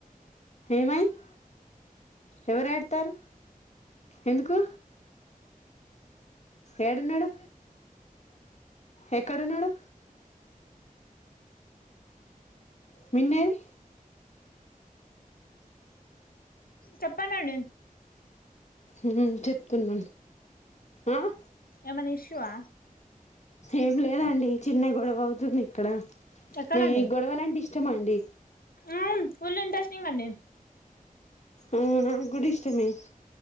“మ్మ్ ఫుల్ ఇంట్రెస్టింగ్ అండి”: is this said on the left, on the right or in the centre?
Left